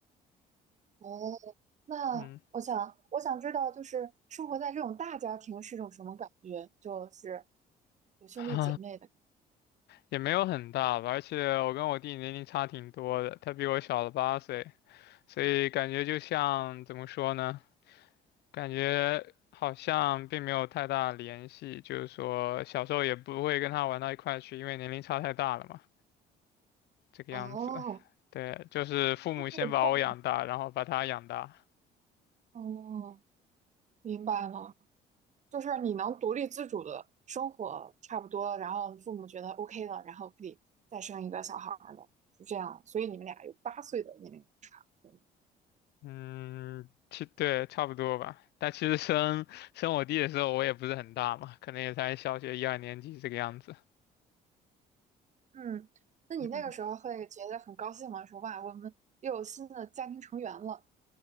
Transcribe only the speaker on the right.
哦，那我想我想知道，
就是生活在这种大家庭是种什么感觉？就是有兄弟姐妹的。
哦，
对话，
哦，明白了，就是你能独立自主的生活差不多，然后父母觉得 OK 了，然后可以再生一个小孩儿的，是这样。所以你们俩有八岁的年龄差，对吗
嗯，那你那个时候会觉得很高兴吗？
说哇，我们又有新的家庭成员了。